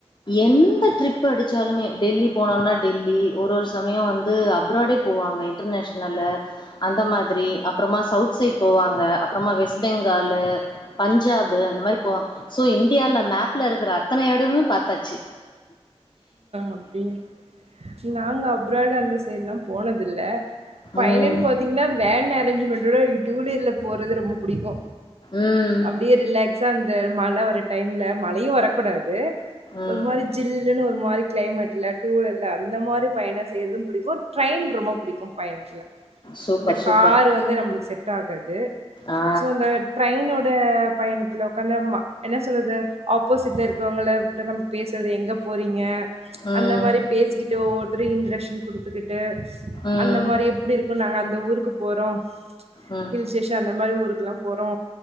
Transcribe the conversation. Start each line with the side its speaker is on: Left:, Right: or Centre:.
Left: எந்த ட்ரிப் அடிச்சாலுமே டெல்லி போனோனா டெல்லி ஒரு ஒரு ஒரு சமயோ வந்து அப்ராடே போவாங்க இன்டர்நேஷ்னல்லு அந்த மாதிரி அப்றமா சவுத் சைட் போவாங்க அப்றமா வெஸ்ட் பெங்காலு பஞ்சாபு அந்த மாரி போவா சோ இந்தியால மேப்ல இருக்கற அத்தன எடமு பாத்தாச்சி
Right: அப்டியே நாங்க அப்ராட் அந்த சைட்ல்லா போனதில்ல பயணன்
Left: ம்
Right: பாத்தீங்னா வேன் அரேஞ்ச் மெண்ட்டோட டூ வீலர்ல போறது ரொம்ப புடிக்கு
Left: ம்
Right: அப்டியே ரிலாக்ஸா அந்த மழ வர டைம்ல மழையு வரக்கூடாது
Left: ம்
Right: ஒரு மாரி ஜில்லுன்னு ஒரு மாரி கிளைமேட் இல்ல டூ வீலர்ல அந்த மாரி பயண செய்றதும் புடிக்கு ட்ரெயின் ரொம்ப புடிக்கு பயணத்துல
Left: சூப்பர்
Right: இந்த
Left: சூப்பர்
Right: காரு வந்து நம்புளுக்கு செட் ஆகாது
Left: ஆ
Right: சோ அந்த ட்ரெயினோட பயணத்தில உக்காந்தும்மா என்ன சொல்றது ஆப்போசிட்ல இருக்கிறவங்கள கிட்ட நம் பேசறது எங்கப் போறீங்க
Left: ம்
Right: அந்த மாரி பேசிக்கிட்டு ஒவ்வொருத்தரு இன்ரக்ஷன் குடுத்துக்கிட்டு
Left: ம்
Right: அந்த மாரி எப்டிருக்குன்னாங்க அந்த ஊருக்கு போறோ
Left: ம்
Right: ஹில் ஸ்டேஷன் அந்த மாரி ஊருக்லா போறோ